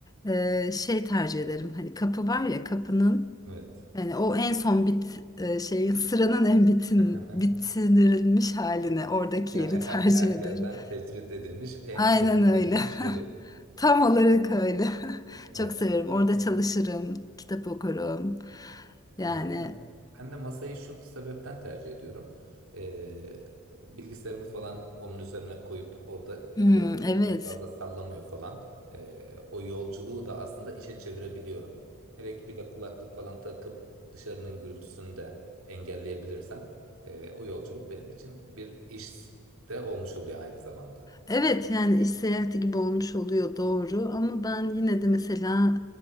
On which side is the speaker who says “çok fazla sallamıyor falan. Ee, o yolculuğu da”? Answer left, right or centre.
Right